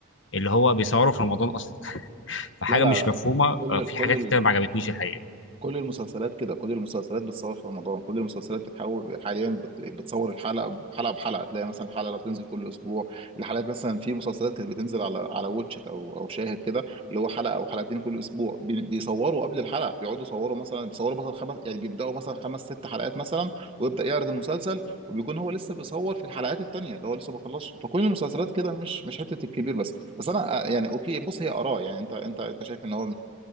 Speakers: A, on the left; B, on the right.
A: اللي هو بيصوروا في رمضان اصلا <laughs> فحاجه
B: لا لا
A: مش مفهومه
B: لا
A: آه، في
B: كل كل
A: حاجات كتير ما عجبتنيش الحقيقه
B: كل المسلسلات كده كل المسلسلات بتصور في رمضان كل المسلسلات بتحاول حاليا بت- بتصور الحلقه حلقه بحلقه تلاقي مثلا الحلقه لو بتنزل كل اسبوع الحلقات مثلا في مسلسلات كانت بتنزل على على واتشت او او شاهد كده اللي هو حلقه او حلقتين كل اسبوع بي- بيصوروا قبل الحلقه بيقعدوا يصوروا مثلا بيصوروا مثلا خمس يعني بيبداوا مثلا خمس ست حلقات مثلا ويبدا يعرض المسلسل وبيكون هو لسه بيصور في الحلقات التانيه اللي هو لسه ما خلصش فكل المسلسلات كده مش مش حته الكبير بس بس انا آه، يعني اوكي بص هي اراء يعني انت انت انت شايف ان هو